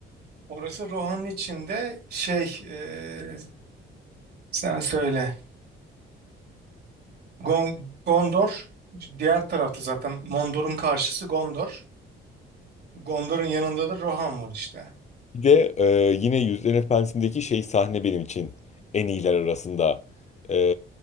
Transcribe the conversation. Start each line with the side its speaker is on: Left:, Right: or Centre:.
Right: Orası Rohan'ın içinde şey e, sen söyle. Gon- Gondor diğer tarafta zaten. Mondor'un karşısı Gondor. Gondor'un yanında da Rohan var işte.
Left: Bir de e, yine yüzlerin Efendisi'ndeki şey sahne benim için en iyiler arasında. E,